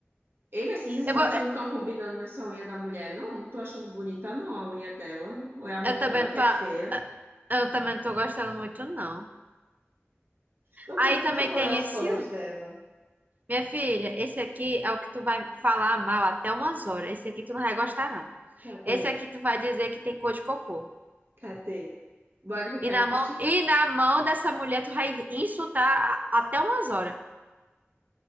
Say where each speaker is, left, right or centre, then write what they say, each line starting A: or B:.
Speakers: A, on the right (about 55°); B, on the right (about 40°).
A: Ei, mas esses esmaltes
B: Eu vou,
A: não estão combinando nessa unha da mulher, não? Não tô achando bonita, não, a unha dela. Ou é a mão
B: eu também
A: dela que
B: tô,
A: é
B: a-
A: feia.
B: eu também não tô gostando muito, não.
A: Não,
B: Aí
A: combi-
B: também
A: não foram
B: tem
A: as
B: esse,
A: cores
B: ó.
A: dela.
B: Minha filha, esse aqui é o que tu vai falar mal até umas horas. Esse aqui tu não vai gostar, não.
A: Cadê?
B: Esse aqui tu vai dizer que tem cor de cocô.
A: Cadê? Bora que eu
B: E
A: quero
B: na
A: criticar.
B: mão, e na mão dessa mulher tu vai insultar a- até umas horas.